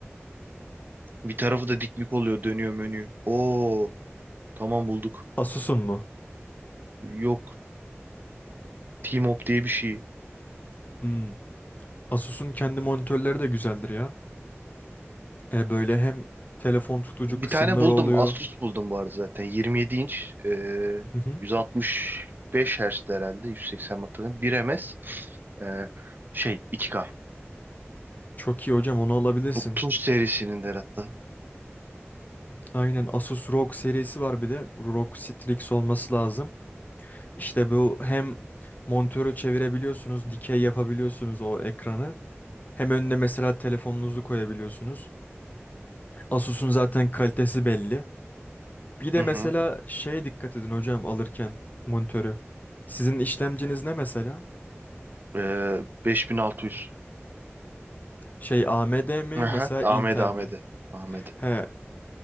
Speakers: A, on the right (about 45°); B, on the left (about 40°).
A: Bir tarafı da diklik oluyor, dönüyor menü. Oo, tamam bulduk.
B: Asus'un mu?
A: Yok, Teamop diye bir şey.
B: Hmm. Asus'un kendi monitörleri de güzeldir ya. E böyle hem telefon tutucu
A: Bir
B: kısımları
A: tane buldum,
B: oluyor.
A: Asus buldum bu arada zaten. 27 inç, e,
B: Hı hı.
A: 165 Hz herhalde, 180 hatırlamıyorum. 1 ms, e, şey iki k
B: Çok iyi hocam onu alabilirsin.
A: 30 serisinin de hatta.
B: Aynen Asus ROG serisi var bir de. ROG Strix olması lazım. İşte bu hem monitörü çevirebiliyorsunuz, dikey yapabiliyorsunuz o ekranı. Hem önüne mesela telefonunuzu koyabiliyorsunuz. Asus'un zaten kalitesi belli. Bir de
A: Hı hı.
B: mesela şeye dikkat edin hocam alırken monitörü. Sizin işlemciniz ne mesela?
A: E, 5600.
B: Şey AMD mi
A: Aha,
B: mesela
A: Ahmet
B: Intel
A: Ahmet'e.
B: mi?
A: Ahmet'e.
B: He,